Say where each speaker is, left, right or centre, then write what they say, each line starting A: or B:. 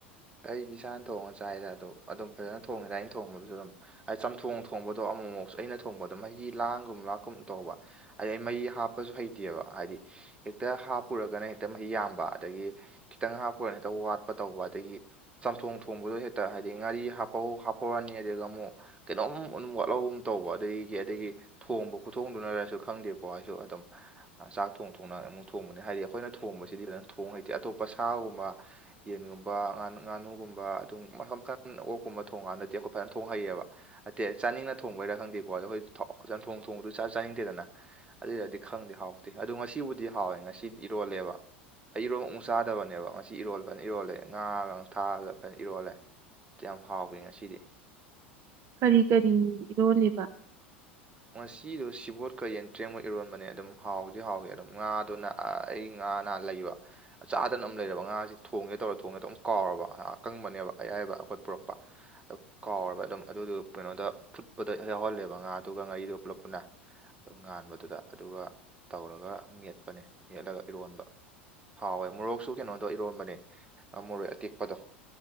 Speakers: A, on the right (about 15°); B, on the right (about 45°).
A: ꯑꯩꯗꯤ ꯏꯁꯥꯅ ꯊꯣꯡꯉꯒ ꯆꯥꯏꯗ ꯑꯗꯣ ꯑꯗꯨꯝ ꯐꯖꯅ ꯊꯣꯡꯉꯤꯗꯥꯥꯏꯅ ꯊꯣꯡꯕꯗꯨꯁꯨ ꯑꯗꯨꯝ ꯍꯥꯏ ꯆꯝꯊꯣꯡ ꯊꯣꯡꯕꯗꯣ ꯑꯃꯨꯛꯃꯨꯛ ꯑꯩꯅ ꯊꯣꯡꯕꯗꯣ ꯃꯩꯒꯤ ꯂꯥꯡꯒꯨꯝ ꯂꯥꯛꯀꯨꯝ ꯇꯧꯕ ꯍꯥꯏꯗꯩ ꯑꯩ ꯃꯩꯤ ꯍꯥꯞꯄꯁꯨ ꯍꯩꯇꯦꯕ ꯍꯥꯏꯗꯤ ꯍꯦꯛꯇ ꯍꯥꯞꯄꯨꯔꯒꯅ ꯍꯦꯛꯇ ꯃꯍꯤ ꯌꯥꯝꯕ ꯑꯗꯒꯤ ꯈꯤꯇꯪ ꯍꯥꯞꯄꯒꯅ ꯍꯦꯇ ꯋꯥꯠꯄ ꯇꯧꯕ ꯑꯗꯒꯤ ꯆꯝꯊꯣꯡ ꯊꯣꯡꯕꯗꯣ ꯍꯦꯛꯇ ꯍꯥꯏꯗꯤ ꯉꯥꯔꯤ ꯍꯥꯄ ꯍꯥꯞꯍꯧꯔꯅꯤ ꯑꯗꯨꯒ ꯑꯃꯨꯛ ꯀꯩꯅꯣꯝ ꯑꯗꯨꯝ ꯋꯥꯠꯍꯧ ꯇꯧꯕ ꯑꯗꯒꯤ ꯑꯗꯒꯤ ꯊꯣꯡꯕ ꯈꯨꯠꯊꯣꯡꯗꯨꯅꯔꯁꯨ ꯈꯪꯗꯦꯀꯣ ꯑꯩꯁꯨ ꯑꯗꯨꯝ ꯆꯥꯛ ꯊꯣꯡ ꯊ ꯑꯃꯨꯛ ꯊꯣꯡꯕꯅꯦ ꯍꯥꯏꯗꯤ ꯑꯩꯈꯣꯏꯅ ꯊꯣꯡꯕꯁꯤꯗꯤ ꯂꯖꯅ ꯊꯣꯡ ꯍꯩꯇꯦ ꯑꯇꯣꯞꯄ ꯁꯥꯒꯨꯝꯕ ꯌꯦꯟꯒꯨꯝꯕ ꯉꯅ ꯉꯥꯅꯨꯒꯨꯝꯕ ꯑꯗꯨꯝ ꯃꯈꯜ ꯃꯈꯜ ꯑꯣꯛꯀꯨꯝꯕ ꯊꯣꯡꯀꯥꯟꯗꯗꯤ ꯑꯩꯈꯣꯏ ꯐꯖꯅ ꯊꯣꯡꯍꯩꯌꯦꯕ ꯑꯠꯇꯦ ꯆꯥꯅꯤꯡꯅ ꯊꯣꯡꯕꯩꯔꯥ ꯈꯪꯗꯦꯀꯣ ꯑ ꯑꯩꯈꯣꯏ ꯊ ꯊꯣꯡ ꯊꯣꯡꯗꯨ ꯆꯥ ꯆꯥꯅꯤꯡꯗꯦꯗꯅ ꯑꯗꯨꯏꯗꯗꯤ ꯈꯪꯗꯦ ꯍꯥꯎꯇꯦ ꯑꯗꯨꯣ ꯉꯁꯤꯕꯨꯗꯤ ꯍꯥꯎꯋꯦ ꯉꯁꯤꯗꯤ ꯏꯔꯣꯜꯂꯦꯕ ꯑꯩ ꯏꯔꯣꯜ ꯑꯃꯨꯛ ꯆꯥꯗꯕꯅꯦꯕ ꯉꯁꯤ ꯏꯔꯣꯜ ꯐꯅ ꯏꯔꯣꯜꯂꯦ ꯉꯥꯒ ꯊꯥꯅ ꯏꯔꯣꯜꯂꯦ ꯌꯥꯝ ꯍꯥꯎꯈꯤ ꯉꯁꯤꯗꯤ
B: ꯀꯔꯤ ꯀꯔꯤ ꯏꯔꯣꯜꯂꯤꯕ
A: ꯉꯁꯤꯗꯨꯣ ꯁꯤꯕꯣꯠꯀ ꯌꯦꯟꯇ꯭ꯔꯦꯡꯕ ꯏꯔꯣꯟꯕꯅꯦ ꯑꯗꯨꯝ ꯍꯥꯎꯗꯤ ꯍꯥꯎꯏ ꯑꯗꯨꯝ ꯉꯥꯗꯨꯅ ꯑꯩ ꯉꯥ ꯅꯍꯥꯟ ꯂꯩꯕ ꯑ ꯆꯥꯗꯅ ꯑꯃꯝ ꯂꯩꯔꯕ ꯉꯥꯁꯤ ꯊꯣꯡꯒꯦ ꯇꯧꯔ ꯊꯣꯡꯉꯦ ꯇ ꯑꯗꯨꯝ ꯀꯥꯎꯔꯕ ꯑꯀꯪꯕꯅꯦꯕ ꯑꯌꯥꯏꯕ ꯑꯩꯈꯣꯠ ꯄꯨꯔꯛꯄ ꯀꯥꯎꯔꯕ ꯑꯗꯨꯝ ꯑꯗꯨꯗꯨ ꯀꯩꯅꯣꯗ ꯐꯨꯠꯄꯗ ꯌꯥꯎꯍꯜꯂꯦꯕ ꯉꯥꯗꯨꯒ ꯉꯥꯔꯤꯗꯨꯒ ꯄꯨꯂꯞꯄꯅ ꯑꯗꯨ ꯉꯥꯟꯕꯗꯨꯗ ꯑꯗꯨꯒ ꯇꯧꯔꯒ ꯃꯦꯠꯄꯅꯦ ꯃꯦꯠꯂꯒ ꯏꯔꯣꯟꯕ ꯍꯥꯎꯋꯏ ꯃꯣꯔꯣꯛꯁꯨ ꯀꯩꯅꯣꯗꯣ ꯏꯔꯣꯟꯝꯕꯅꯦ ꯃꯣꯔꯣꯏ ꯑꯇꯦꯛꯄꯗꯣ